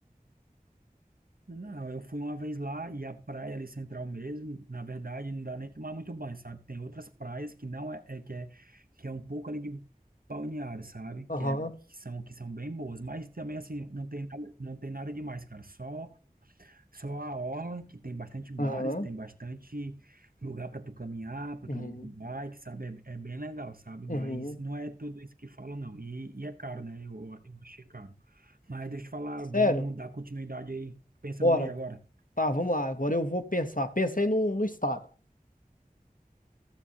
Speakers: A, on the right; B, on the left.
A: Não, eu fui uma vez lá e a praia ali central mesmo, na verdade, não dá nem tomar muito banho, sabe? Tem outras praias que não é, é- que é que é um pouco ali de balneário, sabe?
B: Aham,
A: Que, é, que são que são bem boas, mas também assim, não tem nada- não tem nada demais, cara. Só Só a orla, que tem bastante bares,
B: aham,
A: tem bastante lugar para tu caminhar, para
B: uhum,
A: tu andar de bike, sabe? É, é bem legal, sabe?
B: uhum.
A: Mas não é tudo isso que falam, não. E, e é caro, né? Eu, eu achei caro. Mas deixa eu te falar, vamos
B: Sério?
A: dar continuidade aí. Pensa
B: Bora.
A: no ir agora.
B: Tá, vamos lá. Agora eu vou pensar. Pensei no, no estado.